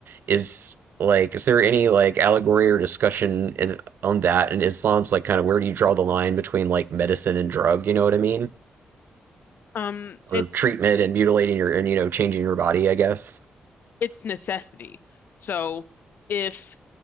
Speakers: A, on the right (about 65°); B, on the left (about 60°).
A: is like is there any like allegory or discussion in, on that in Islam's like kind of where do you draw the line between like medicine and drug, you know what I mean?
B: Um,
A: Or
B: it's
A: treatment and mutilating your and you know changing your body, I guess.
B: it's necessity. So if